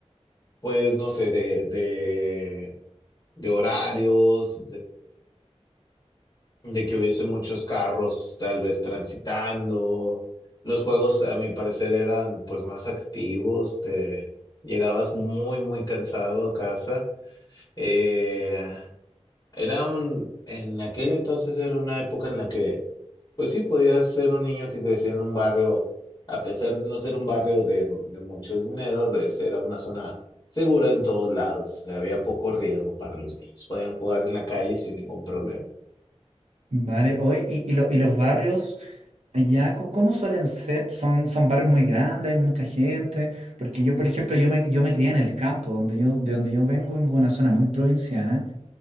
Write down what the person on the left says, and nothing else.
pues, no sé, de, de, de horarios, de que hubiese muchos carros tal vez transitando. Los juegos, a mi parecer, eran pues más activos, te llegabas muy, muy cansado a casa. Eh, era un, en aquel entonces era una época en la que, pues sí, podías ser un niño que crecía en un barrio, a pesar de no ser un barrio de, de mucho dinero, pues era una zona segura en todos lados, o sea, había poco riesgo para los niños, podían jugar en la calle sin ningún problema.